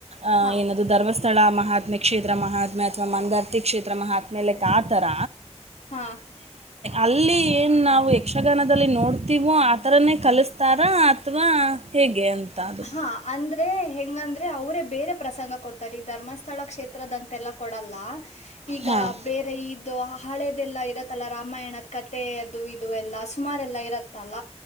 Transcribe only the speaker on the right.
ಅ
ಏನ ಧರ್ಸ್ಥ ಸ್ಥಳ ಮಹಾತ್ಮೆ ಕ್ಷೇತ್ರ ಮಹಾತ್ಮೆ ಅಥವಾ ಮಂದರ್ ಕ್ಷೇತ್ರ ಮತ್ಮೇಲೆ ಕಾತರ
ಅಲ್ಲಿ ಏನ್ ನಾವು ಯಕ್ಷಗಾನದಲ್ಲಿ ನೋಡ್ತೀವೋ ಆತರನೇ ಕಲಿಸ್ತಾರ ಅಥವಾ ಹಾ ಹೇಗೆ ಅಂತ ಅದು
ಹಾಂ